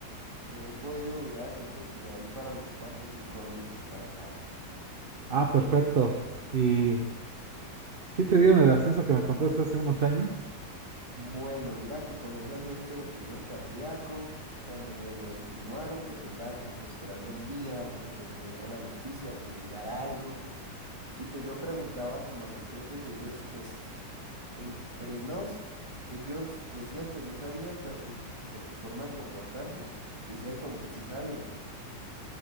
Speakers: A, on the right; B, on the right.
A: eh, he podido durar, ya creo que ya voy para los cuatro o cinco años de estar acá.
B: Ah, perfecto. ¿Y sí te dieron el ascenso que me contaste hace unos años?
A: Bueno, mira que con ese ascenso me tuvieron cardíaco. Cuando me lo insinuaron, pues yo andaba como que esperando el día o que pues me dieran la noticia o que llegara algo. Y pues yo preguntaba como a los jefes y ellos pues entre nos, ellos decían que no sabían, pero pues por su forma de comportarse, decían como que sí sabían.